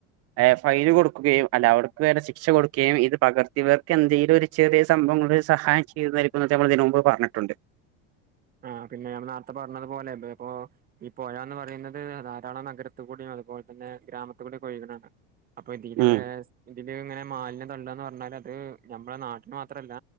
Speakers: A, on the right; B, on the right.
A: ഏ ഫൈന് കൊടുക്കുകയും അല്ല അവർക്ക് വര്ണ ശിക്ഷ സ് കൊടുക്കേയും ഇത് പകർത്തിയവർ കെന്തേലൊരു ചെറ്യേസാ താവുംബം ഒരു സഹായം ചെയ്യുന്നായിരിക്കുംന്ന് നമ്മളിതിന് മുമ്പ് പറഞ്ഞിട്ടുണ്ട്
B: ആ പിന്നെ നമ്മള് നാർത്തെ പർഞത് പോലെ ഇത് പ്പൊ ഈ പൊയാന്ന് പറയുന്നത് ധാരാളം നഗരത്ത്ക്കൂടെയും അതുപോൽതന്നെ ഗ്രാമത്ത്ക്കൂടൊക്കൊയ്ക്ണതാണ് അപ്പൊ ഇതില്
A: ഉം
B: വേസ് ഇതില് ങ്ങനെ മാലിന്യം പ്പോന്താന്ന് പറഞ്ഞാല് അത് നമ്മളെ നാട്ടിന് മാത്രല്ല